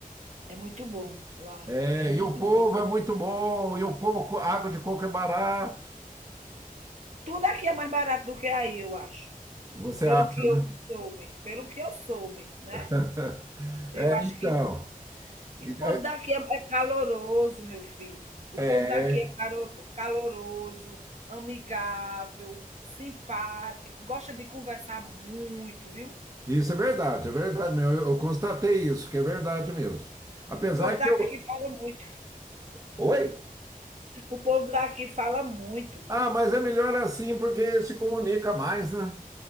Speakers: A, on the right (about 50°); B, on the right (about 20°).
A: É muito bom lá,
B: É,
A: é muito
B: e o povo
A: bom.
B: é muito bom, e o coco, água de coco é barato.
A: Tudo aqui é mais barato do que aí, eu acho.
B: Você
A: Pelo
B: acha,
A: que eu
B: né?
A: soube, pelo que eu soube, né?
B: <laughs>
A: Eu
B: É,
A: acho
B: então.
A: que.
B: E-
A: E o povo daqui é é caloroso, meu filho. O
B: É,
A: povo daqui
B: é,
A: é caro- caloroso, amigável, simpático, gosta de conversar muito, viu?
B: isso é verdade, é verdade mesmo. Eu, eu constatei isso, que é verdade mesmo. Apesar
A: O povo daqui
B: que eu.
A: fala muito.
B: Oi?
A: O povo daqui fala muito.
B: Ah, mas é melhor assim porque se comunica mais, né?